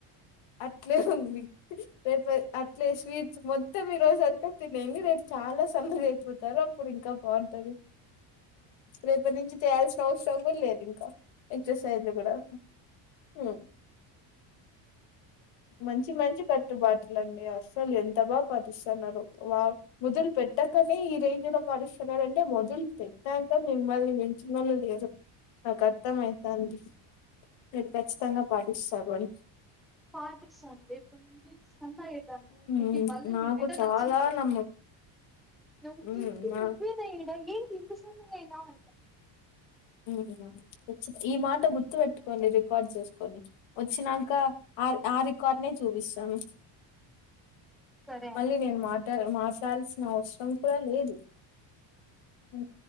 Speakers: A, on the left (about 65°); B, in the centre.
A: అట్లే ఉంది రేపు అట్లే స్వీట్స్ మొత్తం ఈ రోజు అంతా తినేయండి రేపు చాలా సన్నగా అయిపోతారు అప్పుడు ఇంకా బాగుంటది రేపటి నుంచి చేయాల్సిన అవసరం కూడా లేదు ఇంకా ఎక్సర్సైజ్లు కూడా హు మంచి మంచి కట్టుబాటలండి అసలు ఎంత బాగా పాటిస్తున్నారు వావ్ మొదులు పెట్టాకనే ఈ రేంజ్ లో పాటిస్తున్నరంటే మొదులు పెట్టాక మిమ్మల్ని మించి నోళ్ళు లేరు నాకు అర్థం అయితండి మీరు ఖచ్చితంగా పాటిస్తారు అని
B: పాటిస్తాను రేపటి నుండి సన్నగ అయితను
A: హ్మ్
B: నీకి మళ్ళి
A: నాకు
B: నువ్ రిటర్న్
A: చాలా
B: వచ్చినికి
A: నమ్మకం
B: నువ్
A: హ్మ్
B: కీర్తి
A: నా
B: నువ్వేనా ఏంటి ఇంత సన్నగ అయినవ్
A: హు ముచ్చట ఈ మాట గుర్తు పెెట్టుకోండి రికార్డ్ చేసుకొని వచ్చినాక ఆ ఆ రికార్డ్నే చూపిస్తాము
B: సరే అని
A: మళ్ళీ నేన్ మా మార్చల్సిన అవసరం కూడా లేదు హు